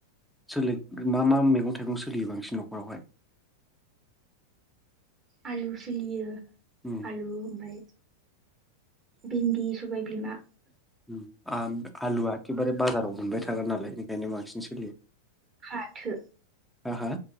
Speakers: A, in the centre; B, on the right (about 30°).
A: सोलि मा मा मैगं थाइगं सोलियो बांसिन न'खरावहाय
B: आलु सोलियो
A: उम
B: आलु ओमफाय भिन्दि सबाय बिमा
A: उम आ आलु एखेबारे बाजाराव मोनबाय था थाग्रा नालाय ओंखायनो बांसिन सोलियो
B: फाथो
A: हा हा